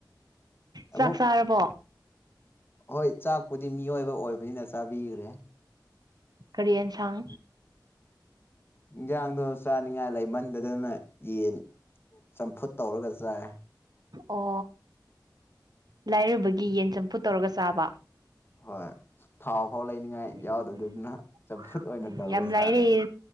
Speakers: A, on the right (about 60°); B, on the left (about 30°).
A: ꯆꯥꯛ
B: ꯑꯃꯨꯛ
A: ꯆꯥꯔꯕꯣ
B: ꯍꯣꯏ ꯆꯥꯛꯄꯨꯗꯤ ꯃꯤꯑꯣꯏꯕ ꯑꯣꯏꯕꯅꯤꯅ ꯆꯥꯕꯤꯈꯒ꯭ꯔꯦ
A: ꯀꯔꯤ ꯑꯦꯟ ꯁꯥꯡ
B: ꯏꯟꯖꯥꯡꯗꯣ ꯆꯥꯅꯤꯡꯉꯥꯏ ꯂꯩꯃꯟꯗꯗꯅ ꯌꯦꯟ ꯆꯝꯐꯨꯠ ꯇꯧꯔꯒ ꯆꯥꯏꯌꯦ
A: ꯑꯣ ꯂꯥꯏꯔꯕꯒꯤ ꯌꯦꯟ ꯆꯝꯐꯨꯠ ꯇꯧꯔꯒ ꯆꯥꯕ
B: ꯍꫭꯏ ꯊꯥꯎ ꯐꯥꯎ ꯂꯩꯅꯤꯡꯉꯥꯏ
A: ꯎꯝ
B: ꯌꯥꯎꯗꯗꯨꯅ ꯆꯝꯐꯨꯠ ꯑꯣꯏꯅ
A: ꯎꯝ
B: ꯇꯧꯔ
A: ꯌꯥꯝ ꯂꯥꯏꯔꯩ
B: ꯆꯥꯔꯦ